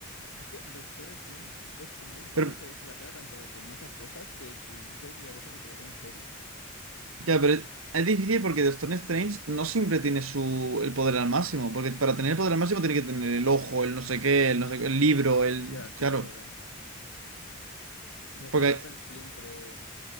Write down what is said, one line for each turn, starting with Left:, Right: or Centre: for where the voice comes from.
Left: Es que Doctor Strange es como un pavo
Right: Pero,
Left: que se la pela tanto a veces muchas cosas que, que yo creo que a veces ni pelaría en serio, ¿eh?
Right: ya, pero es, es difícil porque Doctor Strange no siempre tiene su, el poder al máximo, porque para tener el poder al máximo tiene que tener el ojo, el no sé qué, el no sé qué, el libro, el...
Left: Ya, sí,
Right: Claro,
Left: eso es verdad. Y Capitana
Right: porque
Left: Marvel siempre